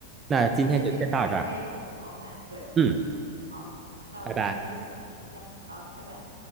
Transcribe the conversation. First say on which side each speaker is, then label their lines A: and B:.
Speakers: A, on the right; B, on the right.
A: 那今天就先到这儿，
B: 对而且这些食材也比较好买。对，
A: 嗯，
B: 好，那我们今天就先聊到这儿，
A: 拜拜。
B: 好，拜拜。